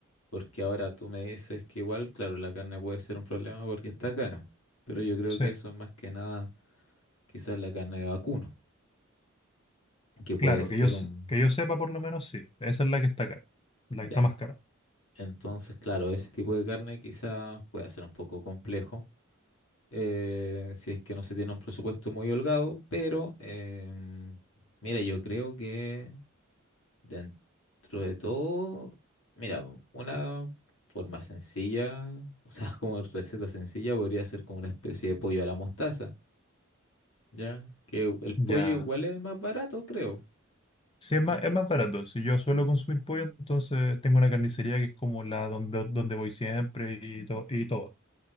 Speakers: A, on the left; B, on the left.
A: Porque ahora tú me dices que igual, claro, la carne puede ser un problema porque está cara. Pero yo creo
B: Sí,
A: que eso es más que nada quizás la carne de vacuno, que puede
B: claro,
A: ser
B: que yo, s-
A: un...
B: que yo sepa, por lo menos sí. Esa es la que está acá, la
A: ya.
B: que está más cara.
A: Entonces, claro, ese tipo de carne quizás pueda ser un poco complejo. eh, si es que no se tiene un presupuesto muy holgado, pero em, mira, yo creo que dentro de todo, mira, una forma sencilla, <laughs> o sea, como receta sencilla podría ser como una especie de pollo a la mostaza, ¿ya? Que el pollo
B: Ya.
A: igual es más barato, creo,
B: Sí,
A: ¿ya?
B: es más, es más barato. Si yo suelo consumir pollo, entonces tengo una carnicería que es como la donde, donde voy siempre y, to- y todo.